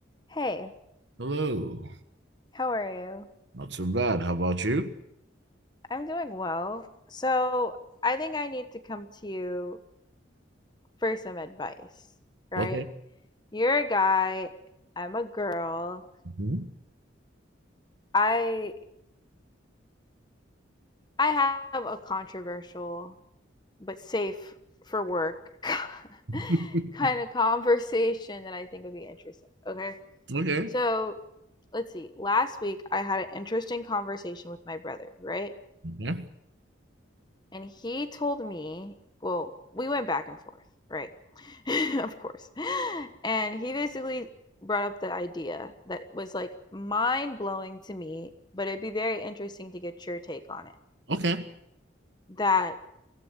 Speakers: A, on the left; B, on the right.
A: Hey,
B: Hello.
A: how are you?
B: Not so bad. How about you?
A: I'm doing well. So, I think I need to come to you for some advice, right?
B: Okay.
A: You're a guy, I'm a girl.
B: Mhm.
A: I I have a controversial but safe for work <laughs>
B: <laughs>
A: kind of conversation that I think would be interesting. Okay?
B: Okay.
A: So, let's see. Last week I had an interesting conversation with my brother, right?
B: Yeah.
A: and he told me, well, we went back and forth, right? <laughs> of course. And he basically brought up the idea that was like mind blowing to me, but it'd be very interesting to get your take on it.
B: Okay.
A: That